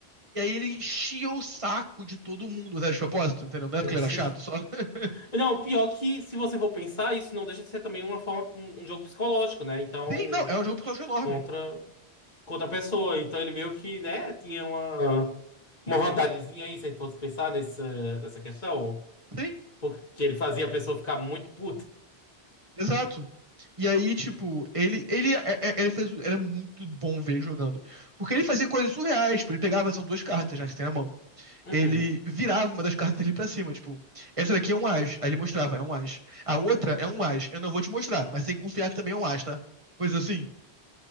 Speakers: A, on the right; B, on the left.
A: E aí ele enchia o saco de todo mundo, né, de propósito, entendeu? Não é
B: <laughs>
A: porque ele era chato, só. <laughs>
B: Não, pior é que se você for pensar, isso não deixa de ser também uma forma, um, um jogo psicológico, né? Então,
A: Sim, não, é um jogo personagem enorme.
B: contra, contra a pessoa. Então ele meio que, né, tinha uma, uma vantagemzinha aí, se a gente fosse pensar nessa, nessa questão.
A: Sim,
B: Porque ele fazia a pessoa ficar muito puta.
A: exato. E aí, tipo, ele, ele, é- é- ele fez, era muito bom ver ele jogando. Porque ele fazia coisas surreais, tipo, ele pegava, são duas cartas já que você tem na mão.
B: Uhum.
A: ele virava uma das cartas ali pra cima, tipo, essa daqui é um as, aí ele mostrava, é um as. A outra é um as, eu não vou te mostrar, mas tem que confiar que também é um as, tá? Coisa assim.